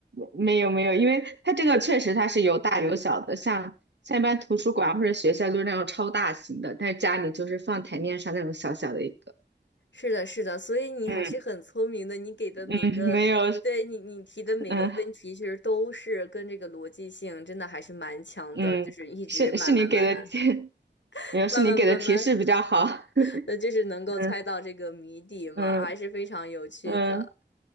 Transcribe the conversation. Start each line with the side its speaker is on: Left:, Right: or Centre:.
Right: 没有没有，因为它这个确实它是有大有小的，像像一般图书馆或者学校就是那种超大型的，但是家里就是放台面上那种小小的一个。
Left: 是的，是的，所以你还是很聪明的，
Right: 嗯
Left: 你给的每个，
Right: 嗯，没有，
Left: 对你你提的每个问题，
Right: 嗯
Left: 其实都是跟这个逻辑性真的还是蛮强的，
Right: 嗯，
Left: 就是一直慢慢慢慢
Right: 是是你给的提，<laughs>
Left: <laughs>
Right: 没有是你给的提示比较好。
Left: 慢慢慢慢，
Right: <laughs>
Left: <laughs> 那就是能够猜到这个谜底嘛，
Right: 嗯嗯
Left: 还是非常有趣的。
Right: 嗯，